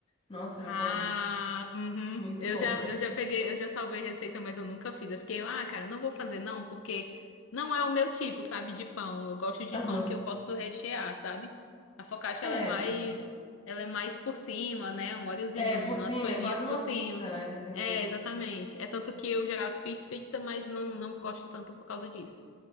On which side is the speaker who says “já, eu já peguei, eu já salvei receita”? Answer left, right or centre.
Left